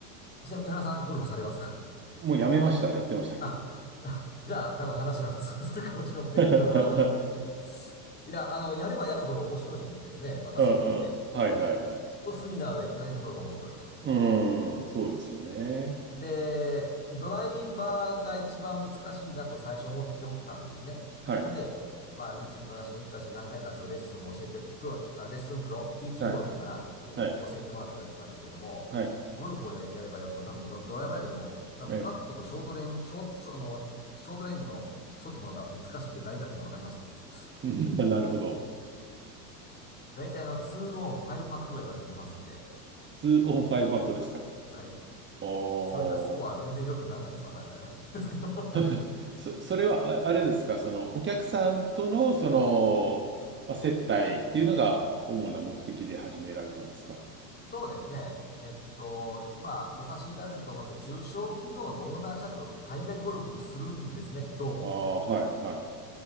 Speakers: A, on the left; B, on the right.
A: ちなみに、井原さん、ゴルフされますか
B: もうやめました。やってましたけど。
A: <laughs> あ、<laughs> じゃあ、多分話は通ずるかもしれませんけども、
B: <laughs> う
A: あの、いや、あの、やればやるほど面白いんですね、私にとって。
B: んうん。はい、はい、はい。う
A: と、スイナーで行かないところが面白いと。
B: ーん、そうですよね。
A: で、ドライバーが一番難しいなと最初思っておったんですね。
B: はい、
A: ほんで、まあ、打ちっぱなしも行ったし、何回かちょっとレッスンも教えて、プロ、あレッスンプロ、ティーチングプロっていうのかな、
B: はい、
A: に教えてもらったりしましたけども、
B: はい、はい。
A: ゴルフをや、やればやるほど、多分ド、ドライバーよりも、多分パットとショートレン、
B: ええ、
A: ショート、ショあの、ショートレンジのショットの方が難しくて大事だっていうのが分かりましてですね。
B: うん <laughs> なるほど。
A: <laughs> 大体あの、2オン、5パットぐらいで私行きますんで、
B: 2オン5バットですか。
A: はい。
B: おー
A: それじゃスコア全然良くならないですわな、みたいな。<laughs> ですけど
B: <laughs> そ、それはああれですか、そのお客さんとのその、まあ、接待っていうのが主な目的で始められたんですか。
A: そうですね。えっと、まあ、お察しいただけると思うんですけど、中小企業のオーナー社長って大概ゴルフするんですね、どうも。
B: ああ、はい、はい。